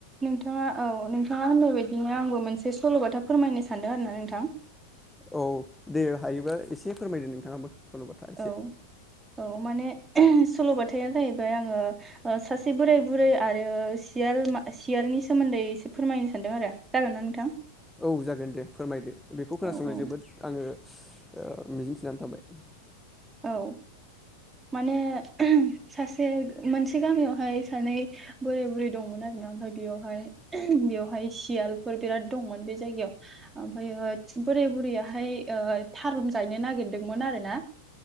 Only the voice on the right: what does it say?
नोंथाङा औ नोंथाङा होननाय बायदिनो आंबो मोनसे सल'बाथा फोरमायनो सानदों आरोना नोंथां
औ औ माने सल'बाथाया जाहैबाय आङो ओ सासे बोराय बुरै आरो सियाल मा सियालनि सोमोन्दै एसे फोरमायनो सानदों आरो जागोन ना नोंथां
औ
औ माने सासे मोनसे गामियावहाय सानै बोराय बुरै दंमोन आरोना ओमफाय बेयावहाय बेवहाय सियालफोर बिराद दंमोन बे जायगायाव ओमफायो बोराय बुरैयाहाय ओ थारुन गायनो नागिरदोंमोन आरोना